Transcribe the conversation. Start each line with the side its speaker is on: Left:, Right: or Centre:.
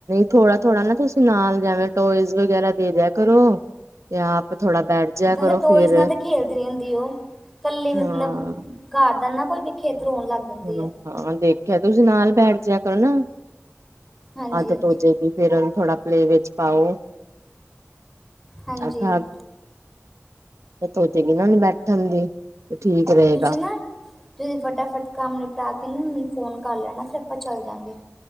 Right: ਥੋੜਾ-ਥੋੜਾ ਨਾ ਤੁਸੀਂ ਨਾਲ ਜੈਵੇਂ ਟੋਇਜ਼ ਵਗੈਰਾ ਦੇ ਦੇਆ ਕਰੋ ਤੇ ਆਪ ਥੋੜਾ ਬੈਠ ਜਿਆ
Centre: ਵੈਸੇ
Right: ਕਰੋ
Centre: ਟੋਇਜ਼
Right: ਫੇਰ
Centre: ਨਾਲ ਤਾਂ ਖੇਲਦੀ ਰੈਦੀ ਓ ਕੱਲੀ ਮਤਲਬ
Right: ਹਾਂ
Centre: ਕਾਰ ਦਾ ਨਾ ਕੋਈ ਦਿਖੇ ਤੇ ਰੋਣ ਲੱਗ ਜਾਂਦੀ
Right: ਹੂੰ
Centre: ਹੈ
Right: ਹਾਂ ਦੇਖਿਆ ਤੁਸੀਂ ਨਾਲ ਬੈਠ ਜੇਆ ਕਰੋ ਨਾ
Centre: ਹਾਂਜੀ
Right: ਆਦਤ
Centre: ਹਾਂਜੀ
Right: ਹੋੋਜੇਗੀ। ਫਿਰ ਓਨੂੰ ਥੋੜਾ ਪਲੇ ਵੇ ਚ ਪਾਓ
Centre: ਹਾਂਜੀ
Right: ਅੱਰਥਾਥ ਜਤ ਹੋਚੇਗੀ ਨਾ ਬੈਠਣ ਦੀ ਤੇ ਠੀਕ ਰਏਗਾ।
Centre: ਤੁਸੀਂ ਨਾ ਤੁਸੀਂ ਫਟਾਫਟ ਕੰਮ ਨਿਪਟਾ ਕੇ ਨਾ ਮੈਨੂੰ ਫੋਨ ਕਰ ਲੈਣਾ ਫਿਰ ਆਪਾਂ ਚੱਲ ਜਾਂਗੇ।